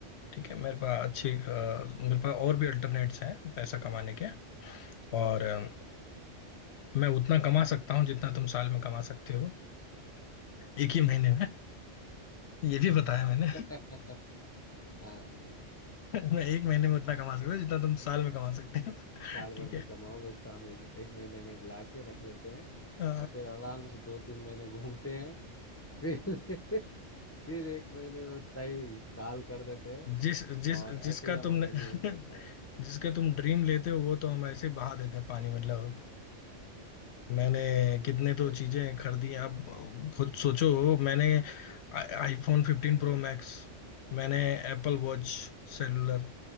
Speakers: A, on the left; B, on the left.
A: ठीक है मेरे पास अच्छी अ, मेरे पास और भी अल्टरनेट्स हैं पैसा कमाने के और अ, मैं उतना कमा सकता हूँ जितना तुम साल में कमा सकते हो एक ही महीने में ये भी
B: <laughs>
A: बताया मैंने
B: हाँ
A: <laughs> मैं एक महीने में उतना कमा सकता हूँ जितना तुम साल में कमा सकते हो
B: साल
A: <laughs>
B: भर
A: ठीक
B: में
A: है
B: कमाओगे उतना हम एक एक महीने में ला के रख लेते हैं
A: अ,
B: और फिर आराम से दो तीन महीने घूमते हैं फिर <laughs> फिर एक महीने में उतना ही साल कर देते हैं
A: जिस जिस
B: और ऐसे
A: जिसका
B: ही हमारा
A: तुमने <laughs>
B: जीवन चलता रहता है
A: जिसके तुम ड्रीम लेते हो वो तो हम ऐसे ही बहा देते हैं पानी मतलब मैंने कितने तो
B: सही
A: चीजें खरीदी हैं। अब खुद सोचो मैंने आईफोन 15 प्रो मैक्स मैंने एप्पल वॉच सेलुलर